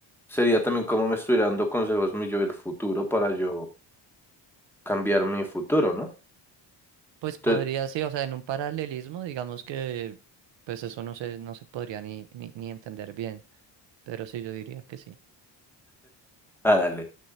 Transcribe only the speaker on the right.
Pues podría,
sí, o sea, en un paralelismo, digamos que, pues eso no se, no se podría ni, ni, ni entender bien, pero sí, yo diría que sí,